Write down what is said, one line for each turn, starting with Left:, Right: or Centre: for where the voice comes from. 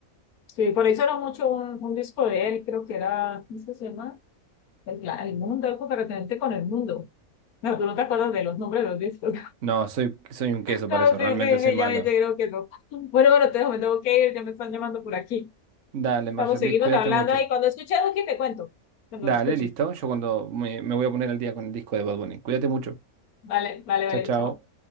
Left: Sí, por eso era mucho un, un disco de él, creo que era, ¿cómo se llama? El, Gla- el mundo, algo que referente con el mundo. No, tú no te acuerdas de los nombres de los discos.
Right: No, soy, soy un queso para
Left: Ah,
Right: eso,
Left: sí,
Right: realmente
Left: sí,
Right: soy
Left: sí,
Right: malo.
Left: ya me creo que eso. Bueno, bueno, te dejo, me tengo que ir, ya me están llamando por aquí.
Right: Dale,
Left: Estamos,
Right: Marshall
Left: seguimos
Right: Liz, cuídate
Left: hablando
Right: mucho.
Left: ahí. Cuando escuche algo, que te cuento. Cuando
Right: Dale,
Left: lo escuche.
Right: listo. Yo cuando me, me voy a poner al día con el disco de Bad Bunny. Cuídate mucho.
Left: Vale, vale, vale,
Right: Chao, chao.
Left: chao.